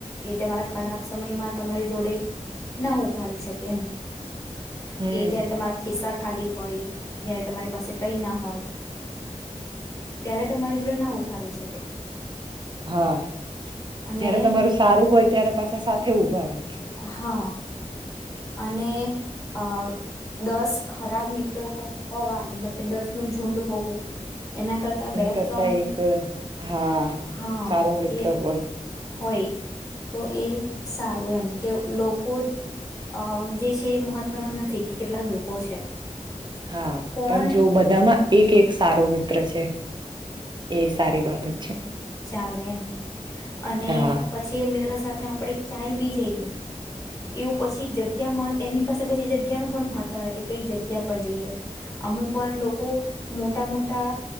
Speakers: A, on the left; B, on the right.
A: એ તમારા ખરાબ સમયમાં તમારી જોડે ના ઉભા ર શકે એમ કે
B: હમ
A: જયારે તમારા ખિસ્સા ખાલી હોઈ જય તમારી પાસે કઈ ના હોય ત્યારે તમારી જોડે ના ઉભા રહી શકે
B: હા
A: અને
B: જયારે તમારું સારું હોય ત્યારે પાછા સાથે ઉભા રહેે
A: હા અને અ દસ ખરાબ મિત્રો હોવા મતલબ કે દસ નું ઝુંડ હોવું એના કરતા
B: એની
A: બે
B: કરતા
A: ત્રણ
B: એક હા
A: હા
B: સારો મિત્ર
A: કે
B: હોય
A: હોય તો એ સારું એમ કે લોકો જ અ જે છે એ મહત્વનું નથી કે કેટલા લોકો છે
B: હા
A: કોણ
B: પણ જો બધામાં એક એક સારો રી છે એ સારી બાબત છે
A: ચાલે એમ અને
B: હા
A: પછી એ મિત્રો સાથે આપણે ક્યાંય બી જઈએ એવું પછી જગ્યા એની પાસે પછી જગ્યાનુંું પણ મહત્વ લાગે કે કઈ જગ્યા પર જઈએ અમુક વાર લોકો મોટા મોટા